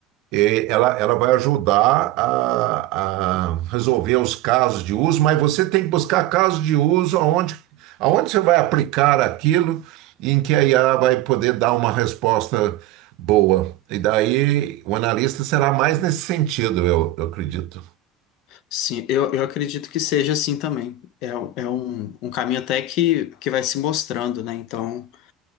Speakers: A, on the right; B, on the left.
A: e Ela, ela vai ajudar a, a resolver os casos de uso, mas você tem que buscar casos de uso aonde, aonde você vai aplicar aquilo e em que a IA vai poder dar uma resposta boa. E daí o analista será mais nesse sentido, eu, eu acredito.
B: sim, eu, eu acredito que seja assim também. É, um- é um, um caminho até que, que vai se mostrando, né? Então.